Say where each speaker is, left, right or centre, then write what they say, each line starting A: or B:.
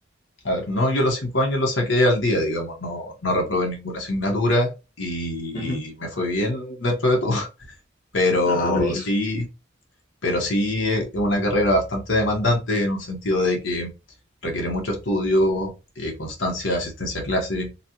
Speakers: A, on the left; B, on the left.
A: A ver, no, yo los cinco años los saqué al día, digamos, no, no reprobé ninguna asignatura y
B: Ujú.
A: me fue bien dentro de todo, <laughs> pero
B: Ah, buenísimo.
A: sí, pero sí eh, es una carrera bastante demandante en un sentido de que requiere mucho estudio, eh, constancia, asistencia a clase,